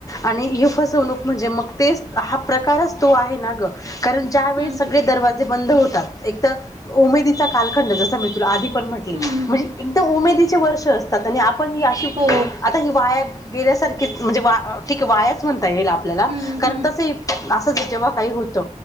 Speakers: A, on the left; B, on the right.
A: आणि ही फसवणूक म्हणजे मग तेच हा प्रकारच तो आहे ना ग. कारण ज्या वेळी
B: हम्म
A: सगळे दरवाजे बंद होतात एक तर उमेदीचा कालखंड जस मी तुला आधी. म्हटले
B: हम्म
A: म्हणजे उमेदि चे वर्ष असतात आप ही आशी
B: हो
A: वाया म्हणजे ठीक आहे वायाच म्हणता येईल आपल्याला
B: हम्म
A: कारण
B: हम्म
A: तस. जेव्हा काही होत